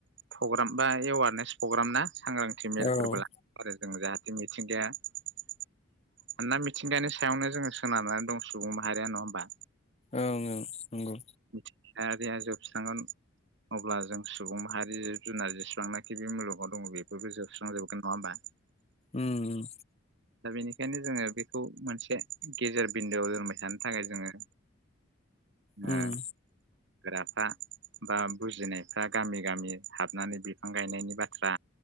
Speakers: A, on the right (about 60°); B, on the left (about 30°).
A: फग्राम बा एवारनेस फग्राम ना? सांग्रांथि मेलफोरबो
B: औ ओं
A: ला आरो जों जाहाथे मिथिंगाया मानोना मिथिंगानि सायावनो जोङो सोनारनानै दं सुबुं माहारिया नङा होमबा?
B: ओं ओं नंगौ।
A: मिथिंगायारिया जोबस्रांगोन अब्ला जों सुबुं माहारि जिब जुनार जेसेबांनाखि बे मुलुगाव दङ बेफोरबो जोबस्रांजोबगोन नङा होमबा?
B: ओम उम।
A: दा बेनिखायनो जोङो बेखौ मोनसे गेजेर बिन्दोआव दोनबाय थानो थाखाय जोङो
B: उम
A: ओ गोराफ्रा बा बुजिनायफ्रा गामि गामि हाबनानै बिफां गायनायनि बाथ्रा